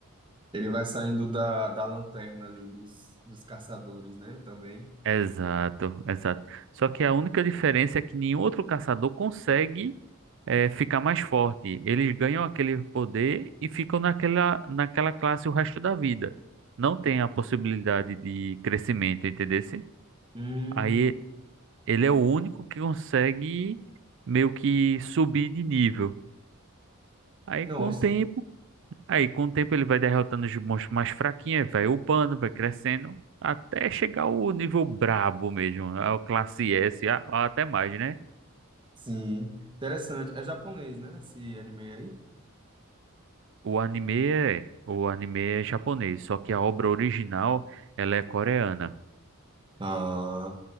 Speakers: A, on the right; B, on the right.
A: Ele vai saindo da, da lanterna ali dos, dos caçadores, né, também.
B: Exato, exato. Só que a única diferença é que nenhum outro caçador consegue eh, ficar mais forte. Eles ganham aquele poder e ficam naquela, naquela classe o resto da vida. Não tem a possibilidade de crescimento, entendeu?
A: Hum,
B: Aí ele
A: sim.
B: é o único que consegue meio que subir de nível. Aí
A: Nossa,
B: com o tempo Aí, com o tempo, ele vai derrotando os monstros mais fraquinhos, vai upando, vai crescendo, até chegar ao nível brabo mesmo, ao classe S, a- a- até mais, né?
A: sim. Interessante. É japonês, né? Esse anime aí.
B: O anime é, o anime é japonês, só que a obra original, ela é coreana.
A: Ah,